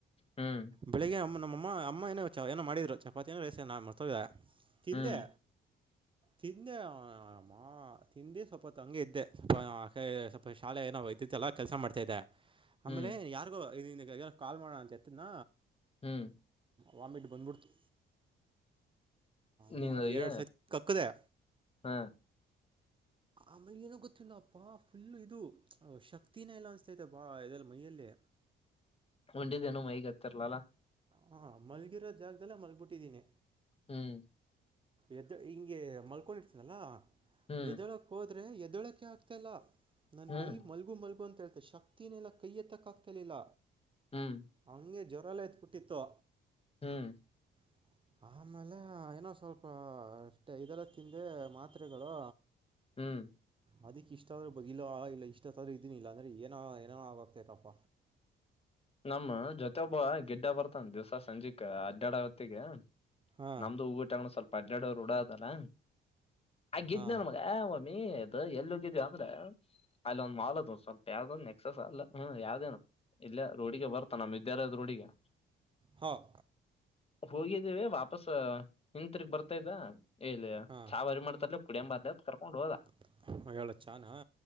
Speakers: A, on the left; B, on the right.
A: ಹ್ಮ್
B: ಬೆಳಿಗ್ಗೆ ನಮ್ಮ ಅಮ್ಮ ಅಮ್ಮ ಏನೋ ಚ ಏನೋ ಮಾಡಿದ್ರು ಚಪಾತಿ ಏನೋ ರೇಸ ನ ಮಾಡ್ತದೆ ತಿಂದೆ
A: ಹ್ಮ್
B: ತಿಂದೆ ಅಮ್ಮ ತಿಂದೆ ಸ್ವಲ್ಪ ಹೊತ್ತು ಹಂಗಗೆ ಇದ್ದೆ ಸ್ವ ಸ್ವಲ್ಪ ಶಾಲೆ ಏನ ವೈದ್ಯತ್ಲ್ಲ ಕೆಲ್ಸ ಮಾಡ್ತಾ ಇದ್ದ ಆಮೇಲೆ
A: ಹ್ಮ್
B: ಯಾರಿಗೋ ಕಾಲ್ ಮಾಡೋ ಅಂತ ಎತ್ತನ
A: ಹ್ಮ್
B: ವಾಮಿಟ್ ಬಂದ್ಬಿಡ್ತು
A: ನೀನುಯ
B: ಅಮ್ಮ ಎರಡು ಸತಿ ಕಕ್ಕಿದೆ
A: ಹಾ
B: ಆಮೇಿ ಇಏನಗಿಲ್ಲ ಪಾಪ್್ ಇದು ಶಕ್ತಿನ ಎಲ್ಲ ಅನ್ಸ್ತೈತೆ ಬಾ ಇದಲ್ಲಿ ಮೈಯಲ್ಲೇ
A: ಉಂಡಿದ್ದೇನುೋ ಮೈಗ್ ಹತ್ತರ್ಲಲ್ಲ
B: ಹಾ ಮಲ್ಗಿರೋ ಜಾಗದೆಲ್ಲ ಮಲ್ಗ್ಬಿಟ್ಟಿದ್ದೀನಿ
A: ಹ್ಮ್
B: ಎದ ಹಿಂಗೆ ಮಲ್ಕೊಂಡಿರ್ತೀನಲ್ಲ
A: ಹ್ಮ್
B: ಎದಳ ಎದಳಕೆ ಆಗ್ತ ಇಲ್ಲ ನನ್
A: ಹ್ಮ್
B: ಮೈ ಮಲ್ಗು ಮಲ್ಗು ಅಂತ ಹೇ ಶಕ್ತಿನೆಲ್ಲಾ ಕೈ ಎತ್ತಕ್ಕ ಆಗ್ತಿಲಿಲ್ಲ
A: ಹ್ಮ್
B: ಹಂಗೆ ಜ್ವರಾಲ ಎತ್ಬುಟ್ಟಿತ್ತು
A: ಹ್ಮ್
B: <inaudible> ಆಮೇಲೆ ಏನೋ ಸ್ವಲ್ಪಷ್ಟ ಇದೆಲ್ಲ ತಿಂದೆ ಮಾತ್ರೆಗಳು
A: ಹ್ಮ್
B: ಅದಿಕ್ ಇಷ್ಟ ಆದ್ರರು ಬಿಲ್ಲ ಇಲ್ಲ ಇಷ್ಟತ್ತಾದ್ರರು ಇದೀನಿಲ್ಲಲ್ಲ ಅಂದ್ರೆ ಏನ ಏನ ಆ ಆಗ್ತೈತಪ್ಪ
A: ನಮ್ಮ ಜೊತೆೊಬ್ಬ ಗಗೆಡ್ಡ ಬರ್ತನ್ ದಿವ್ಸ ಸಂಜೆಕ್ ಅಡ್ಡಡ ಹೊತ್ತಿಗ
B: ಹಾ
A: ನಮ್ದು ಹೂ ಊಟಗೊಂಡ ಸ್ವಲ್ಪ ಹಡ್ನೆಡುವರು ಡ ಅದಲ್ಲ ಆ ಗಗೆಜ್
B: ಹಾ
A: ನನ್ ಮಗ ಮಮ್ಮಿ ಎಲ್ಲಿ ಹಗಿದವಿ ಅಂದ್ರೆ ಅಲ್ಲಿ ಒಂದ್ ಮಾಲ್ದು ಸ್ವಲ್ಪ ಯಾವ್ದ ನೆಕ್ಸಸ್ ಅಲ್ಲ ಹ್ಮ್ ಯಾವ್ದೇನ ಇಲ್ಲ ರೋಡಿಗೆ ಬರ್ತ ನಮ್ಮ ವಿದ್ಯಾಲಯದ ರೋಡಿಗೆ
B: ಹೋಗ
A: ಹೋಗಿದ್ದೀವಿ ವಾಪಸ್ ಹ ತಿರ್ಗ್ ಬರ್ತಾ ಇದ್ದ ಎಲ್ಲಿ
B: ಹಾ
A: ಚಾವರಿ ಮಾಡ್ತರ್ ಕುಡಿಯಂ ಬಾ ಅಂತೇಳಿ ಕರ್ಕೊಂಡ್ ಹೋದ.
B: <unintelligible> ಹೇಳ ಚಾನ.